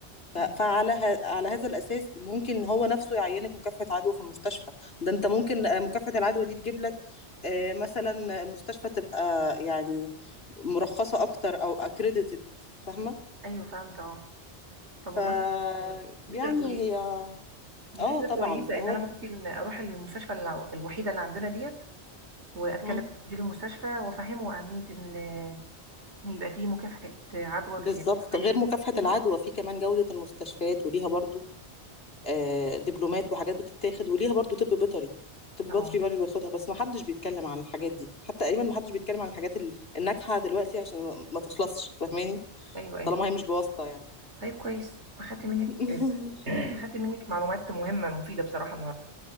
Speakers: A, on the left (about 60°); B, on the right (about 85°).
A: ف-
B: مم.
A: فعلى ه- على هذا الأساس ممكن هو نفسه يعينك مكافحة عدوى في المستشفى ده انت ممكن آه، مكافحة العدوى دي تجيب لك آه، مثلا المستشفى تبقى يعني مرخصة أكتر أو أكريديتد فاهمة
B: ايوه فهمت اه طب
A: ف
B: والله آه، دي
A: يعني
B: فكره كويسه
A: هي
B: دي
A: اه
B: فكره
A: طبعا
B: كويسه
A: هو
B: ان انا
A: ال-
B: ممكن اروح المستشفى الع- الوحيده اللي عندنا ديت واتكلم
A: مم.
B: مع مدير المستشفى وافهمه اهميه ان آه، يبقى فيه مكافحه عدوى
A: بالظبط
B: في- يعني فريق
A: غير
B: مكافحه
A: مكافحة العدوى
B: عدوى
A: في كمان جودة المستشفيات وليها برضو آه، دبلومات وحاجات بتتاخد وليها برضو طب بيطري طب
B: اه
A: بيطري برضو بياخدها بس ما حدش بيتكلم عن الحاجات دي حتى تقريبا ما حدش بيتكلم عن الحاجات ال- الناجحة دلوقتي عشان ما ما تخلصش فاهماني
B: ايوه ايوه
A: طالما هي مش بواسطة يعني
B: طيب كويس اخدت منك
A: <laughs>
B: <clears throat> اخدت منك معلومات مهمه مفيده بصراحه النهارده